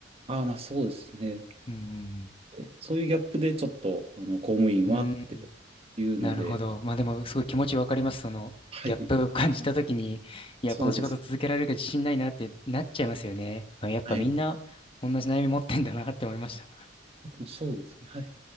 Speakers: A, on the right (about 30°); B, on the left (about 30°).
A: ああ、まあそうですね。
B: うん
A: えそういうギャップでちょっと、あの、公務員はっていうので、
B: うんうん。うんなるほど。まあでも、すごい気持ちわかります。その、
A: はい。
B: ギャップを感じたときに、いや、この仕事続けられるか自信ないなってなっちゃいますよね。
A: そうです
B: まあ、やっぱみんな同じ悩み持ってんだなって思いました。
A: はい。あそうですね。はい。